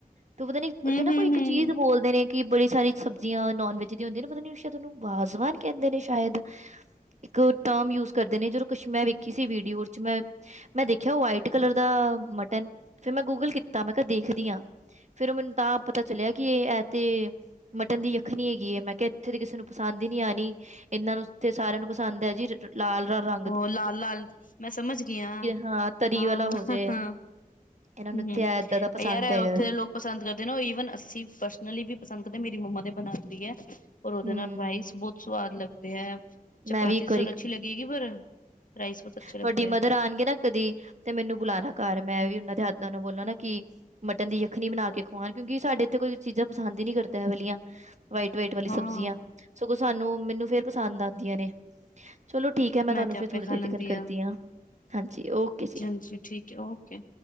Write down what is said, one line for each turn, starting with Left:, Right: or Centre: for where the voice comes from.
Right: ਤੂ ਪਤਾ ਨੀ
Left: ਹੂੰ
Right: ਉੱਥੇ ਨਾ
Left: ਹੂੰ
Right: ਕੋਈ ਇੱਕ
Left: ਹੂੰ।
Right: ਚੀਜ਼ ਬੋਲਦੇ ਨੇ ਕਿ ਬੜੀ ਸਾਰੀ ਸਬਜ਼ੀਆਂ ਨੋਨ ਵੈਜ ਦੀਆਂ ਹੁੰਦੀਆਂ ਨਾ, ਪਤਾ ਨੀ ਸ਼ਾਇਦ ਉਹਨੂੰ ਬਾਜ਼ਵਾਨ ਕਹਿੰਦੇ ਨੇ ਸ਼ਾਇਦ। ਇੱਕ ਟਰਮ ਯੂਜ ਕਰਦੇ ਨੇ ਜਦੋ ਕੁੱਛ ਮੈਂ ਵੇਖੀ ਸੀ ਵੀਡੀਓ ਓਚ ਮੈਂ ਮੈਂ ਦੇਖਿਆ ਓ ਵਾਈਟ ਕਲਰ ਦਾ ਮਟਨ ਫਿਰ ਮੈਂ ਗੂਗਲ ਕੀਤਾ ਮੈਂ ਕਿਹਾ ਦੇਖਦੀ ਆ। ਫਿਰ ਓ ਮੈਨੂੰ ਤਾਂ ਪਤਾ ਚੱਲਿਆ ਕਿ ਐ ਤੇ ਮਟਨ ਦੀ ਅਖਨੀ ਹੈਗੀ ਏ, ਮੈਂ ਕਿਹਾ ਇੱਥੇ ਦੀ ਕਿਸੇ ਨੂੰ ਪਸੰਦ ਹੀ ਨੀਂ ਆਉਣੀ, ਇਹਨਾਂ ਨੂੰ ਓਥੇ ਸਾਰਿਆਂ ਨੂੰ ਪਸੰਦ ਹੈ ਜੀ। ਲਾਲ ਰਾਰਾ
Left: ਹੋ ਲਾਲ, ਲਾਲ ਮੈਂ ਸਮਝ ਗਈ ਆ
Right: ਹਾਂ ਤਰੀ
Left: ਹਾਂ,
Right: ਵਾਲਾ ਹੋ ਜਾਏ
Left: ਹਾਂ।
Right: ਇਹਨਾਂ ਨੂੰ
Left: ਹੁ
Right: ਇੱਥੇ ਏਦਾਂ ਦਾ ਪਸੰਦ
Left: ਯਾਰ
Right: ਹੈਗਾ
Left: ਉੱਥੇ ਦੇ ਲੋਕ ਪਸੰਦ ਕਰਦੇ ਨੇ ਉ ਈਵਨ ਅੱਸੀ ਪਰਸ ਉਨ੍ਹਾਂ ਲਈ ਵੀ ਪਸੰਦ ਤੇ ਮੇਰੀ ਮੰਮਾ ਦੇ ਬਣਾਉ ਦੀ ਹੈ, ਪਰ ਉਹਦੇ
Right: ਹਮ
Left: ਨਾਲ ਰਾਈਸ ਬਹੁਤ ਸਵਾਦ ਲੱਗਦੇ ਏ। ਚਪਾਤੀ
Right: ਮੈਂ ਵੀ ਇੱਕ
Left: ਚਲ
Right: ਵਾਰੀ
Left: ਅੱਛੀ ਲਗੇਗੀ ਪਰ ਰਾਈਸ ਬਹੁਤ ਅੱਛੇ ਲੱਗਦੇ
Right: ਤੁਹਾਡੀ ਮਦਰ
Left: ਹੈ
Right: ਆਉਣਗੇ ਨਾ ਕਦੀ ਤੇ ਮੈਨੂੰ ਬੁਲਾਣਾ ਘਰ ਮੈਂ ਵੀ ਉਹਨਾਂ ਦੇ ਹੱਥਾਂ ਦਾ ਬੋਲਾਂ ਨਾ ਕਿ ਮਟਨ ਦੀ ਅਖਣੀ ਬਣਾ ਕੇ ਖਵਾਉਣ, ਕਿਉਂਕਿ ਸਾਡੇ ਇੱਥੇ ਕੋਈ ਚੀਜ਼ਾਂ ਪਸੰਦ ਹੀ ਨਹੀਂ ਕਰਦਾ ਏ ਵਲਿਆ। ਵਾਈਟ, ਵਾਈਟ ਵਾਲੀ ਸਬਜ਼ੀਆਂ
Left: ਹਾਂ।
Right: ਸਗੋਂ ਸਾਨੂੰ ਮੈਨੂੰ ਫੇਰ ਪਸੰਦ ਆਉਂਦੀਆਂ ਨੇ ਚਲੋ ਠੀਕ ਹੈ, ਮੈਂ ਤੁਹਾਨੂੰ
Left: ਤੇ
Right: ਫਿਰ
Left: ਆਪੇ
Right: ਥੋੜ੍ਹੀ
Left: ਖਾ
Right: ਦੇਰ
Left: ਲੈਂਦੀ
Right: ਤਿਕਣ ਕਰਦੀ ਹਾਂ, ਹਾਂਜੀ ਓਕੇ ਜੀ।
Left: ਜੀ, ਠੀਕ ਹੈ ਓਕੇ।